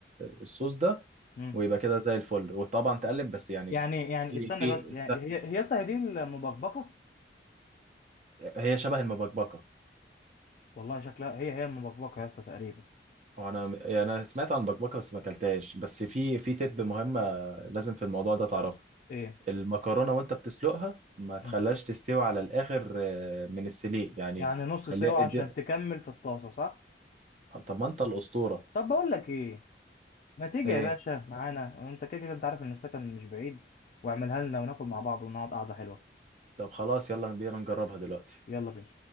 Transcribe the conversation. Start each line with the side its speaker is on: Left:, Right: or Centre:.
Right: الصوص ده
Left: مم.
Right: ويبقى كده زي الفل وطبعا تقلب بس يعني
Left: يعني يعني
Right: في
Left: استنى
Right: في
Left: بس يعني هي هي يا اسطى هي دي المبكبكه
Right: هي شبه المبكبكه
Left: والله شكلها هي هي المبكبكه يا اسطى تقريبا
Right: هو انا يعني انا سمعت عن البكبكه بس ما اكلتهاش بس في في تب مهمه لازم في الموضوع ده تعرفها
Left: ايه
Right: المكرونه وانت بتسلقها ما تخليهاش
Left: مم.
Right: تستوي على الاخر آه، من السليق يعني
Left: يعني نص
Right: خليها
Left: سوا عشان
Right: ادي
Left: تكمل في الطاسه صح
Right: طب ما انت الاسطوره
Left: طب بقول لك ايه ما تيجي
Right: ايه
Left: يا باشا معانا انت كده كده انت عارف ان السكن مش بعيد واعملها لنا وناكل مع بعض ونقعد قعده حلوه
Right: طب خلاص يلا بينا نجربها دلوقتي
Left: يلا بينا